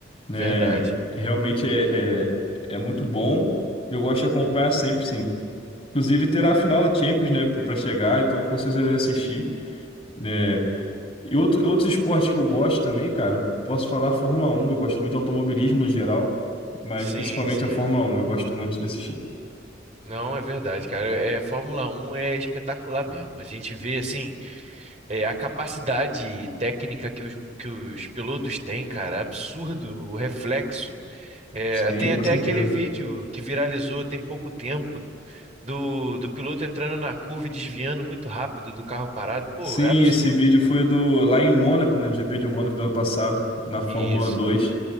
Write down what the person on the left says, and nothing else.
né?
Realmente é, é, é muito bom. Eu gosto de acompanhar sempre, sim. Inclusive, terá a final da Champions, né, para chegar, então com certeza eu irei assistir, né? E outro, outros esportes que eu gosto também, cara, posso falar Fórmula Um. eu gosto muito de automobilismo no geral, mas
principalmente
a Fórmula Um. eu gosto muito de assistir.
Sim,
com
certeza.
Sim,
esse vídeo foi do lá em Mônaco, né, no GP de Mônaco do ano passado, na Fórmula
Dois.